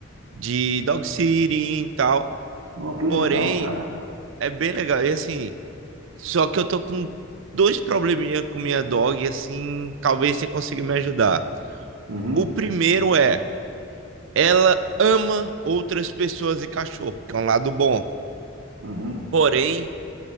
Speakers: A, on the right; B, on the right.
A: de dog sitting e tal.
B: Não, que legal,
A: Porém,
B: cara.
A: é bem legal. E assim, Só que eu tô com dois probleminha com minha dog, assim, talvez você consiga me ajudar.
B: Uhum,
A: O primeiro é, ela ama outras pessoas e cachorro, que é um lado bom.
B: uhum.
A: Porém,